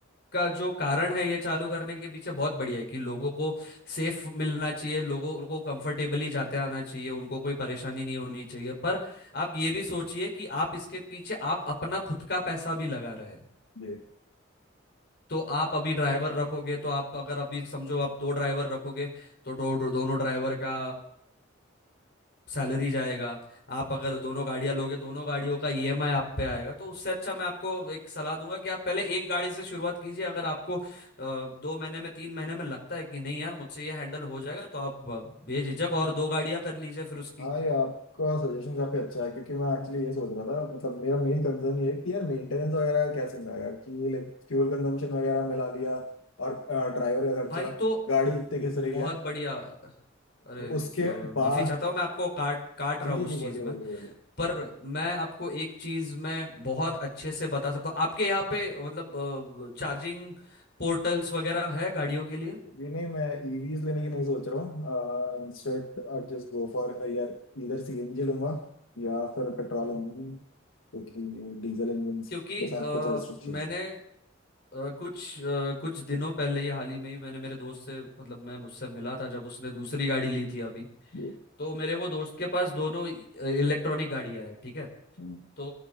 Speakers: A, on the left (about 50°); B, on the left (about 85°).
A: का जो कारण है ये चालू करने के पीछे बहुत बढ़िया है कि लोगों को सेफ मिलना चाहिए लोगों को कंफर्टेबली जाते आना चाहिए उनको कोई परेशानी नहीं होनी चाहिए पर आप ये भी सोचिए कि आप इसके पीछे आप अपना खुद का पैसा भी लगा रहे हैं
B: जी
A: तो आप अभी ड्राइवर रखोगे तो आप अगर अभी समझो आप दो ड्राइवर रखोगे तो दो, दो, दोनों ड्राइवर का सैलरी जाएगा आप अगर दोनों गाड़ियां लोगे दोनों गाड़ियों का ईएमआई आप पे आएगा तो उससे अच्छा मैं आपको एक सलाह दूंगा कि आप पहले एक गाड़ी से शुरुआत कीजिए अगर आपको अ, दो महीने में तीन महीने में लगता है कि नहीं यार मुझसे ये हैंडल हो जाएगा तो आप अ, बेझिझक और दो गाड़ियां कर लीजिए फिर उसकी
B: हाँ ये आपका सजेशन काफी अच्छा है क्योंकि मैं एक्चुअली ये सोच रहा था मतलब मेरा मेन कंसर्न ये है कि यार मेंटेनेंस वगैरह का क्या सीन रहेगा कि लाइक फ्यूल कंजम्पशन वगैरह मिला लिया और ड्राइवर का खर्चा
A: भाई तो
B: गाड़ी जितने घिस रही
A: बहुत
B: है
A: बढ़िया अरे
B: तो उसके
A: अ,
B: बाद
A: माफी चाहता हूँ मैं आपको काट काट रहा
B: जी
A: हूँ
B: जी
A: उस
B: जी
A: चीज
B: बोलिए
A: में
B: बोलिए बोलिए
A: पर मैं आपको एक चीज में बहुत अच्छे से बता सकता हूँ आपके यहाँ पे मतलब चार्जिंग पोर्टल्स वगैरह है गाड़ियों के लिए
B: जी नहीं मैं ईवीज लेने की नहीं सोच रहा हूँ Instead I just go for यार इधर सीएनजी लूंगा या फिर पेट्रोल
A: हम्म।
B: इंजन क्योंकि डीजल इंजन
A: क्योंकि
B: के
A: अ,
B: साथ कुछ रिस्ट्रिक्शन
A: मैंने
B: है
A: अ, कुछ अ, कुछ दिनों पहले ही हाल ही में ही मैंने मेरे दोस्त से मतलब मैं उससे मिला था जब उसने दूसरी गाड़ी ली थी अभी
B: जी
A: तो मेरे वो दोस्त के पास दोनों इलेक्ट्रॉनिक गाड़ियां हैं ठीक है
B: हम्म,
A: तो